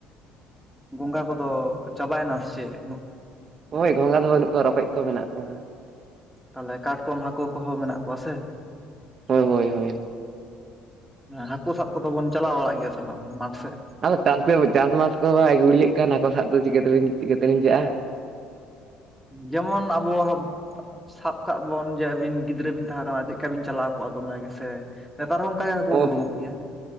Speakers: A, in the centre; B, on the right (about 45°).
A: ᱜᱚᱸᱜᱟ ᱠᱚᱫᱚ ᱠᱚ ᱪᱟᱵᱟᱭᱮᱱᱟ ᱥᱮ ᱪᱮᱫ ᱩᱱᱟᱹᱜᱼᱼ
B: ᱦᱳᱭ ᱜᱚᱸᱜᱷᱟ ᱫᱚ ᱵᱟᱹᱱᱩᱜ ᱠᱚᱣᱟ ᱨᱚᱠᱚᱡ ᱠᱚ ᱢᱮᱱᱟᱜ ᱠᱚᱣᱟ᱾
A: ᱛᱟᱦᱚᱞᱮ ᱠᱟᱴᱠᱚᱢ ᱦᱟᱹᱠᱩ ᱠᱚᱦᱚᱸ ᱢᱮᱱᱟᱜ ᱠᱚᱣᱟ ᱥᱮ?
B: ᱦᱳᱭ ᱦᱳᱭ ᱦᱳᱭ
A: ᱦᱟᱹᱠᱳ ᱥᱟᱵ ᱠᱚᱫᱚ ᱵᱚᱱ ᱪᱟᱞᱟᱣ ᱵᱟᱲᱟᱜ ᱜᱮᱭᱟ ᱥᱮ ᱵᱟᱝ ᱢᱟᱴᱷ ᱥᱮᱫ?
B: ᱟᱫᱚ ᱪᱟᱥ ᱪᱟᱥᱵᱟᱥ ᱠᱚ ᱵᱟᱭ ᱜᱩᱲᱤᱭᱮᱫ ᱠᱟᱱ ᱦᱟᱹᱠᱳ ᱥᱟᱵ ᱫᱚ ᱪᱤᱠᱟᱹᱛᱮᱞᱤ ᱪᱤᱠᱟᱹᱛᱮᱞᱤᱧ ᱪᱟᱜᱼᱟ᱾
A: ᱡᱮᱢᱚᱱ ᱟᱵᱚᱼᱼ ᱥᱟᱵ ᱠᱟᱜ ᱵᱚᱱ ᱡᱮ ᱟᱹᱵᱤᱱ ᱜᱤᱫᱽᱨᱟᱹ ᱵᱤᱱ ᱛᱟᱦᱮᱸ ᱠᱟᱱᱟ ᱪᱮᱫᱠᱟ ᱵᱤᱱ ᱪᱟᱞᱟᱣ ᱠᱚᱜᱼᱟ ᱫᱚᱢᱮ ᱜᱮᱥᱮᱼᱼ ᱱᱮᱛᱟᱨ ᱦᱚᱸ ᱚᱱᱠᱟ ᱜᱮ ᱦᱟᱹᱠᱩ
B: ᱚᱦ
A: ᱠᱚ ᱩᱰᱩᱠᱚᱜ ᱜᱮᱭᱟ᱾